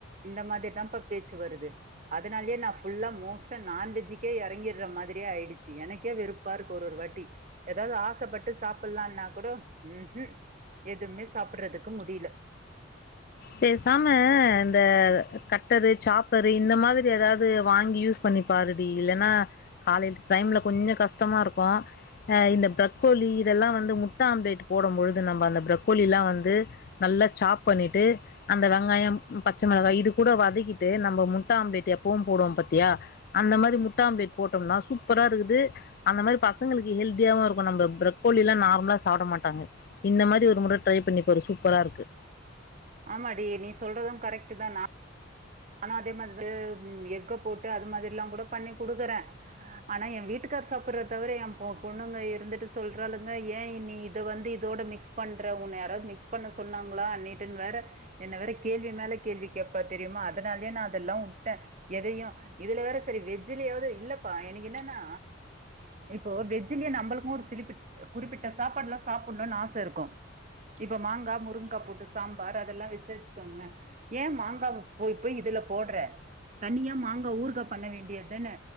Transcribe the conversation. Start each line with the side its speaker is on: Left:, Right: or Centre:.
Right: இந்த மாரி தாப்பா பேச்சு வருது அதனாலே நா ஃபுல்லா மோஸ்ட்டா நான்வெஜிக்கே இறங்கிற மாதிரியே ஆயிடுச்சு எனக்கே வெறுப்பா இருக்கு ஒரு ஒரு வாட்டி எதாவது ஆசைப்பட்டு சாப்பிலாம்னா கூட ம்ஹு எதுமே சாப்பிறதுக்கு முடியல
Left: பேசாம இந்த கட்டரு சாப்பரு இந்த மாதிரி எதாவது வாங்கி யூஸ் பண்ணி பாருடி இல்லன்னா காலையில டைம்ல கொஞ்ச கஷ்டமா இருக்கு அ இந்த பிரக்கோலி இதெல்லா வந்து முட்ட ஆம்லேட் போடும் பொழுது நம்ப அந்த பிரக்கோலில்லா வந்து நல்லா சாப் பண்ணிட்டு அந்த வெங்காயம் பச்ச மிளகாய் இது கூட வதக்கிட்டு நம்ப முட்ட ஆம்லேட் எப்பவும் போடுவோம் பத்தியா அந்த மாரி முட்ட ஆம்பலேட் போட்டோம்னா சூப்பரா இருக்குது அந்த மாரி பசங்களுக்கு ஹெல்தியாவு இருக்கு நம்ம பிரக்கோலில்லா நார்மலா சாப்பட மாட்டாங்க இந்த மாரி ஒரு முற ட்ரை பண்ணி பாரு சூப்பரா இருக்கு
Right: ஆமா டி நீ சொல்றது கரெக்ட்டு தா நா நானு அதே மார்து எக்க போட்டு அது மாதிரில்லா கூட பண்ணி குடுக்குற ஆனா எ வீட்டுக்கார் சாப்பட்றார் தவர எ பொ பொண்ணுங்க இருந்துட்டு சொல்றாளுங்க ஏ நீ இத வந்து இதோட மிக் ஸ் பண்ற உன்ன யாராவது மிக்ஸ் பண்ண சொன்னாங்களான்னீட்டு வேற என்ன வேற கேள்வி கேப்பா தெரியுமா அதனாலயே நா அதெல்லா உட்ட எதயு இதுல வேற சரி வெஜ்ஜிலயாவது இல்லப்பா எனக்கு என்னன்னா இப்போ வெஜ்ஜிலியு நம்பளுக்கு ஒரு சிலிப்பிட் குறிப்பிட்ட சாப்பாடுல்லா சாப்பட்ணுன்னு ஆச இருக்கு இப்ப மாங்கா முருங்கா போட்டு சாம்பார் அதெல்லா வச்சேன் வச்சுக்கோங்கள ஏ மாங்கா போய் போய் இதுல போடுற தனியா மாங்க ஊர்கா பண்ண வேண்டியதுதான்ன